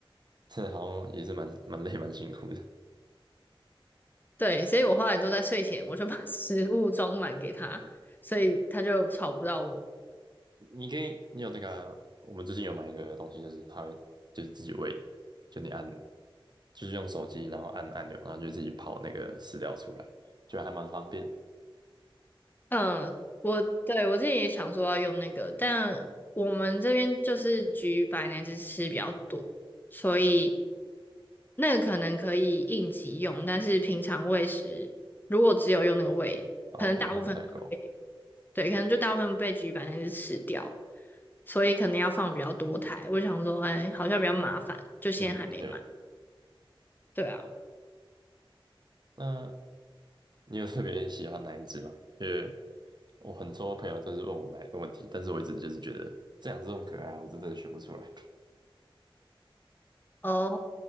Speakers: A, on the right; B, on the left.
A: 真的好像也是蛮蛮累蛮辛苦的。
B: 对，所以我后来都在睡前我就把食物装满给它，所以它就吵不到我。
A: 你可以，你有那个啊我们最近有买一个东西，就是它会就是自己喂的，就你按就是用手机，然后按按钮，然后就自己跑那个饲料出来，就还蛮方便的。
B: 嗯，我对我之前也想说要用那个，但我们这边就是橘白那只吃比较多，所以那个可能可以应急用，但是平常喂食如果只有用那个喂，
A: 哦，
B: 可能大部分被
A: 可能会不太够。
B: 对，可能就大部分被橘白那只吃掉，所以可能要放比较多台。我想说，哎，好像比较麻烦，就现在还没买。
A: 嗯，对了，
B: 对啊，
A: 那你有特别喜欢哪一只吗？因为我很多朋友都是问我哪一个问题，但是我一直就是觉得这两只很可爱啊我是真的选不出来。<laughs>
B: 哦，